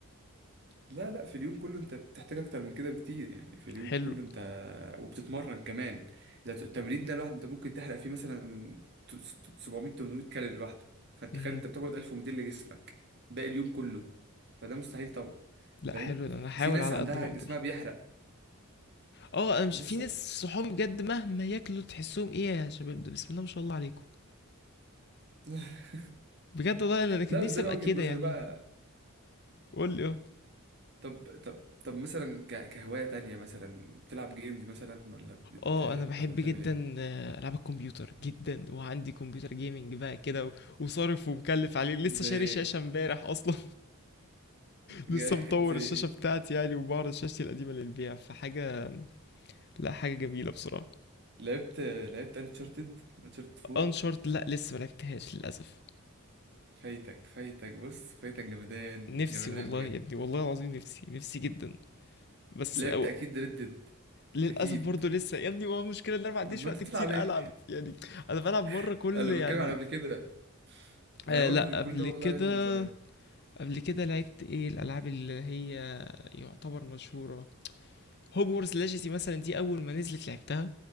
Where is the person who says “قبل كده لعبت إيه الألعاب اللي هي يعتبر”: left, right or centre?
Left